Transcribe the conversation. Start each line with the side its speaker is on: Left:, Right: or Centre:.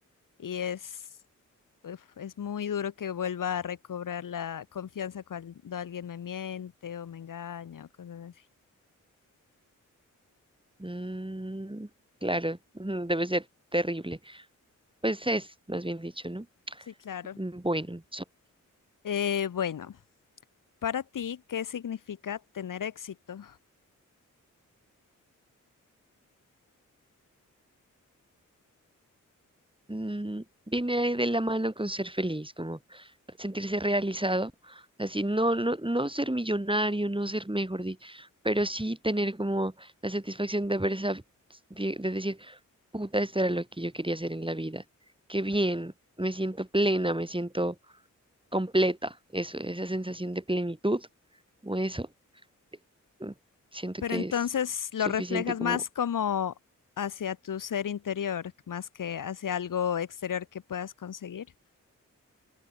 Left: y es, uf, es muy duro que vuelva a recobrar la confianza cuando alguien me miente o me engaña o cosas así.
Right: mm, claro, <laughs> ujú, debe ser terrible. Pues es, más bien dicho, ¿no?
Left: Sí, claro.
Right: Mm, Bueno,
Left: Eh, bueno, para ti, ¿qué significa tener éxito?
Right: mm, viene ahí de la mano con ser feliz, como sentirse realizado, así no, no, no ser millonario, no ser mejor, di- pero sí tener como la satisfacción de haber sab- de de decir, puta, esto era lo que yo quería hacer en la vida, qué bien, me siento plena, me siento completa, eso, esa sensación de plenitud, o eso, mm, siento
Left: Pero
Right: que
Left: entonces
Right: es suficiente
Left: lo reflejas
Right: como
Left: más como hacia tu ser interior, más que hacia algo exterior que puedas conseguir.